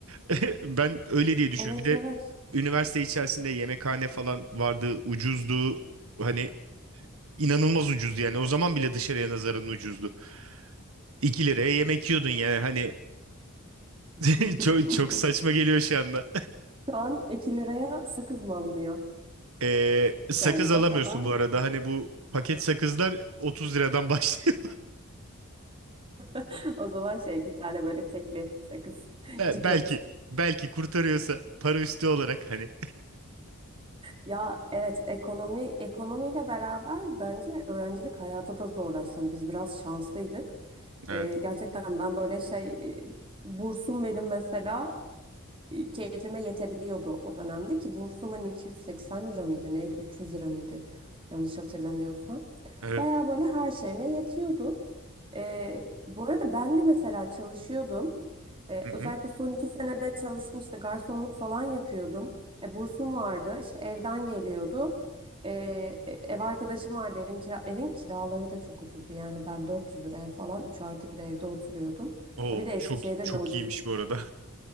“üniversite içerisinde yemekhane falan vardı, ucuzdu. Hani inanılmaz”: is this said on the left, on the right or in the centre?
Right